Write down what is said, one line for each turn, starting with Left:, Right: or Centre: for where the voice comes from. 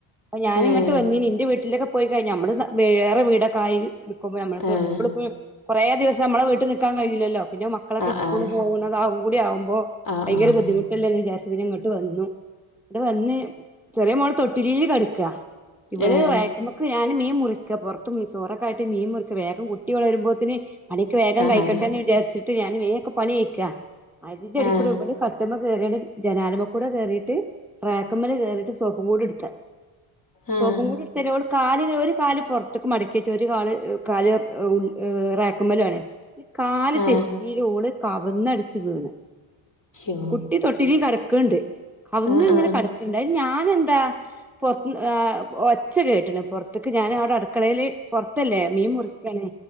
Centre: അപ്പൊ ഞാനിങ്ങട്ട്
Left: ഏഹ്
Centre: വന്നീനി ന്റെ വീട്ടിലെക്കെ പോയി കഴിഞ്ഞ നമ്മള് വേറെ വീടൊക്കായി ക്കുമ്പ നമ്മള്ക്ക്
Left: ഏഹ്
Centre: എപ്പളുപ്പോ കുറേ ദിവസ നമ്മളെ വീട്ട് നിക്കാൻ കഴില്ലല്ലോ പിന്നെ മക് മക്കളൊക്കെ
Left: ആഹ്
Centre: സ്കൂള്
Left: ആഹ്
Centre: പോകുന്നത് കൂടി ആകുമ്പോ
Left: ആഹ്
Centre: ഭയങ്കര
Left: ആഹ്
Centre: ബുദ്ധിമുട്ട് ല്ലെ വിചാര്ച്ച് പിന്നെ ഇങ്ങട്ട് വന്നു അത് വന്ന് ചെറിയ മോള് തൊട്ടിലീല് കെടക്കാ ഇവള്
Left: ഏഹ്
Centre: റാക്ക് നമുക്ക് ഞാന് മീൻ മുറിക്ക. പുറത്ത് ചോറൊക്കെയായിട്ട് മീൻ മുറിക്കുക. വേഗം കുട്ടിയുണരുമ്പോത്തിന് പണിയൊക്കെ വേഗം
Left: ആഹ്
Centre: കായിക്കട്ടെ എന്ന് വിചാരിച്ചിട്ട് ഞാൻ വേഗൊക്കെ പണികയിക്കാം അതിന്റെ അടിക്കൂടു
Left: ആഹ്
Centre: ഇവള് കട്ടുമ്മ കയറിട്ട് ജനാല്മ്മ കൂടെ കയറിയിട്ട് റാക്കുമ്മൽ കയറിയിട്ട് സോപ്പും കൂടെടുത്തത്
Left: ആഹ്
Centre: സോപ്പും കൂട് കാലി ഒരു കാല് പുറത്തേക്ക് മടക്കി വച്ച്, ഒരു കാല്, കാല് റാക്കുമ്മലും ആണേ. കാല്
Left: ആഹ്
Centre: തെറ്റിയിട്ടോള് കവന്നടിച്ചു വീണ്
Left: ശോ
Centre: കുട്ടി തൊട്ടിലീ കിടക്കണ്ട്. അവിടന്ന്
Left: ആഹ്
Centre: ഇങ്ങനെ
Left: ആഹ്
Centre: കട ക്ക്ണ്ടായി. ഞാന് എന്താ പൊറത്ത്ന്ന് ആഹ് <inaudible> ഒച്ച കേട്ടിണ് പുറത്തേക്ക്. ഞാൻ അവിടെ അടുക്കളയില് പുറത്തല്ലേ മീൻ മുറിക്കാണ്.